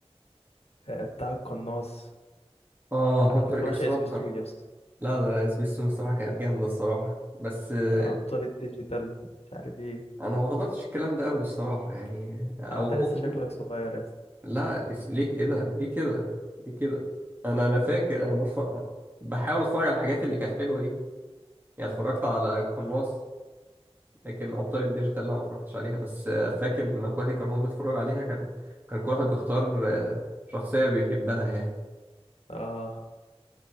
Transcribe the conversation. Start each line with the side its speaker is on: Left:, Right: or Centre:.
Left: آه، بتاع القناص
Right: اه هانتر
Left: انا كنت بعشق
Right: اكس هانتر
Left: سبيستون يا اسطى
Right: لا لا لا، سبيستون الصراحة كانت جامدة الصراحة بس آه،
Left: آه، ابطال الديجيتال مش عارف ايه
Right: أنا ما حضرتش الكلام ده أوي الصراحة يعني أو
Left: انت لسه
Right: ممكن
Left: شكلك صغير يا اسطى
Right: لا اس- ليه كده ليه كده ليه كده أنا أنا فاكر أنا بف... بحاول أتفرج على الحاجات اللي كانت حلوة دي يعني اتفرجت على القناص لكن أبطال الديجيتال لا ما اتفرجتش عليها بس آه، فاكر إن إخواتي كانوا هم بيتفرجوا عليها كان كان كل واحد بيختار آه، شخصية بيحبها يعني
Left: اه